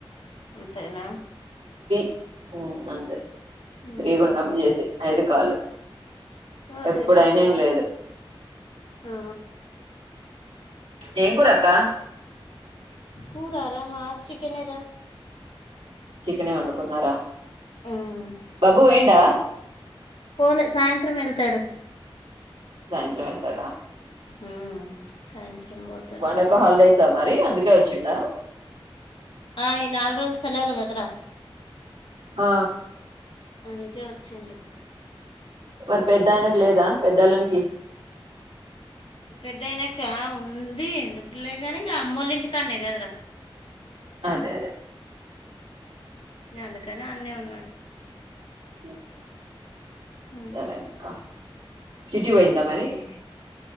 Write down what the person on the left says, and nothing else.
అంతేనా
మ్మ్హ్మ్.
అదేలే
ఆ.
కూరరా మా చికెనే రా
మ్మ్.
పోలే సాయంత్రం వెళ్తాడు
మ్ సాయంత్రం బోతాడ్
ఇంగా
ఆ ఈ నాలుగు రోజులు సెలవులు కదరా
అందుకే వచ్చిండు
పెద్దాయన కా ఉంది ఎందుకులే కాని ఇంక అమ్మల్ ఇంటికాడ్ నే కద రా
ఇంకా అందుకని అన్నయ్ ఉన్నాడు
మ్మ్,
ఇట్లా
మ్మ్.